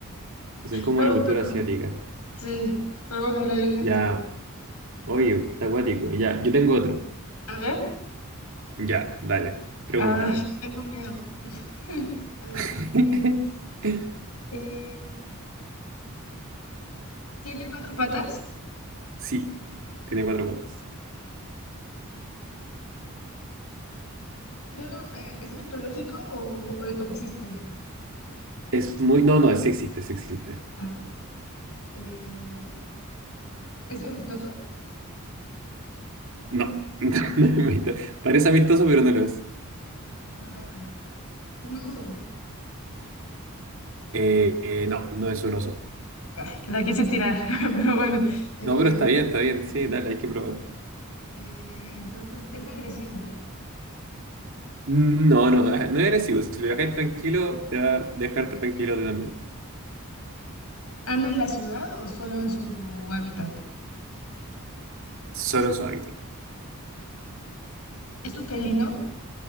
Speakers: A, on the right; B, on the left.
A: que son como
B: No,
A: de la cultura
B: pero,
A: asiática.
B: sí, pero bueno, lo adivinaste
A: Ya,
B: bien.
A: oye, está acuático. Ya, yo tengo otro.
B: A ver,
A: Ya, dale, pregúntame.
B: ah, tengo miedo. <laughs> A ver,
A: <laughs>
B: si es- es- ¿tiene cuatro patas?
A: Sí, Tiene cuatro patas.
B: Yo no, eh, ¿es mitológico o, o- o existe?
A: Es muy. No, no, sí existe, sí existe.
B: Ah, eh, ¿es amistoso?
A: No, <laughs> no es mito. Parece amistoso, pero no lo es.
B: Ah, un oso. <laughs>
A: Eh, eh, no, no es un oso.
B: Ah, La quise tirar, <laughs> pero bueno. Eh,
A: No, pero está bien, está bien. Sí, dale, hay que probar.
B: eh, entonces, ¿es agresivo?
A: No, no, eh, no es agresivo. Si lo dejáis tranquilo, te va a dejar tranquilo a ti también.
B: ¿Anda en la ciudad o solo en su hábitat?
A: Solo en su hábitat.
B: ¿Es un felino?